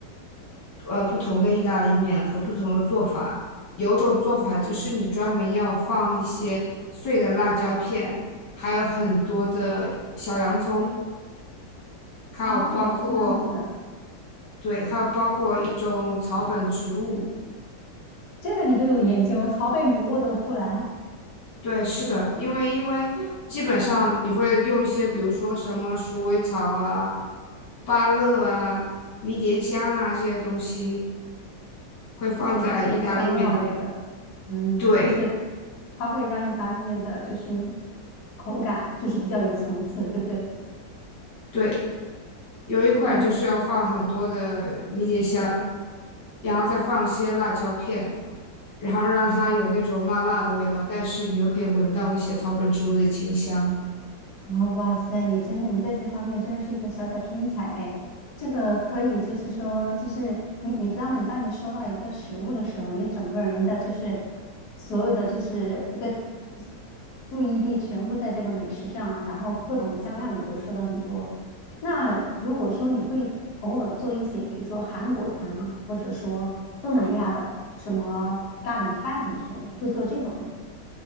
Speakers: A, on the left; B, on the left.
A: 呃不同的意大利面和不同的做法，有种做法就是你专门要放一些碎的辣椒片，还有很多的小洋葱。还有包括
B: 哦，这样子，
A: 对，还有包括一种草本植物，
B: 这个你都有研究，草本植物都出来，
A: 对，是的，因为因为基本上你会用一些，
B: <laughs>
A: 比如说什么鼠尾草啊、芭乐啊、迷迭香啊这些东西，会放在意大利面里面。
B: 这些是属于香料类的。嗯，
A: 对
B: 就是它会让意大利面的，就是那种口感就是比较有层次，对不对？
A: 对，有一款就是要放很多的迷迭香，
B: 啊，
A: 然后再放一些辣椒片，然后让它有那种辣辣的味道，但是你又可以闻到一些草本植物的清香。
B: 然后，哇塞，你真的，你在这方面真的是一个小小天才哎！这个可以，就是说，就是你你知道吗？你当你收到一个食物的时候，你整个人的就是所有的就是一个注意力全部在这个美食上了，然后各种香料你都说的很多。那如果说你会偶尔做一些，比如说韩国餐吗？或者说东南亚的什么咖喱饭什么之类的，会做这种吗？